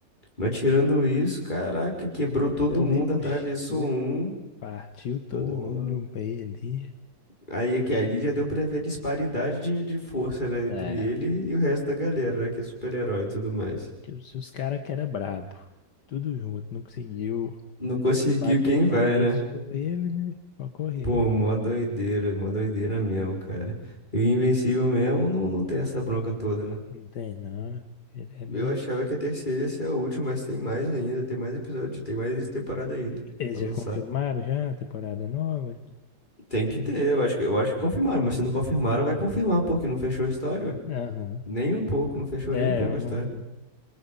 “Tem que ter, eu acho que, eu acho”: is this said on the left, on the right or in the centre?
Left